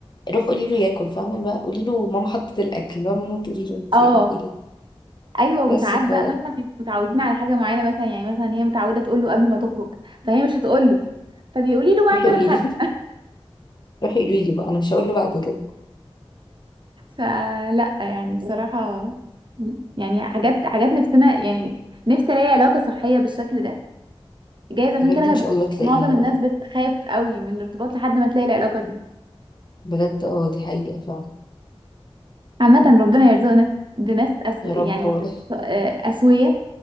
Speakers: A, on the left; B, on the right.
A: روح قولي له ياكل فاهمه اللي هو قولي له ماما حطت الاكل اللي هو ماما تقولي له انت
B: اه
A: يعني في ايه
B: ايوه وساعات
A: بس ف
B: بقى مثلا بيبقوا متعودين على حاجه معينه مثلا يعني مثلا هي متعوده تقول له قبل ما تخرج فهي مش هتقول له فبيقولي له بقى
A: روحي
B: ان انا
A: قولي
B: خارجه
A: له <laughs> روحي قولي لي بقى انا مش هقول له بعد كده
B: فلا يعني بصراحه يعني حاجات حاجات نفسنا يعني نفسي الاقي علاقه صحيه بالشكل ده جايز عشان
A: بجد
B: كده
A: ان شاء الله تلاقيها
B: معظم الناس
A: والله
B: بتخاف قوي من الارتباط لحد ما تلاقي العلاقه دي
A: بجد اه دي حقيقه فعلا
B: عامة ربنا يرزقنا بناس أسو...
A: يا
B: يعني
A: رب والله
B: آه، أسوية